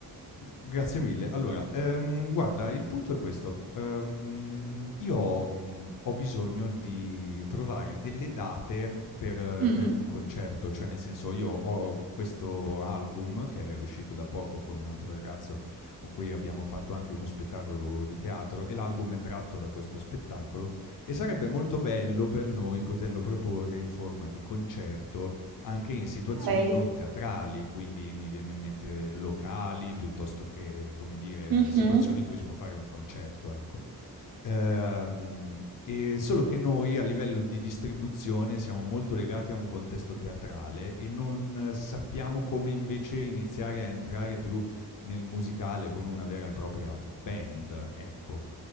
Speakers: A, on the left; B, on the right.
A: G grazie mille. Allora, ehm, guarda, il punto è questo. Ehm, io, mhmm, ho bisogno di trovare delle date per eh,
B: Mm.
A: per un concerto, cioè nel senso io ho questo album che è uscito da poco con un altro ragazzo con cui abbiamo fatto anche uno spettacolo di teatro e l'album è tratto da questo spettacolo e sarebbe molto bello per noi poterlo proporre in forma di concerto, anche in situazioni
B: Ok.
A: non teatrali, quindi mi viene in mente locali piuttosto che, come dire,
B: Mhm.
A: situazioni in cui si può fare un concerto, ecco. Ehm, e solo che noi a livello di distribuzione siamo molto legati a un contesto teatrale e non sappiamo come invece iniziare a entrare più nel musicale come una vera e propria band, ecco.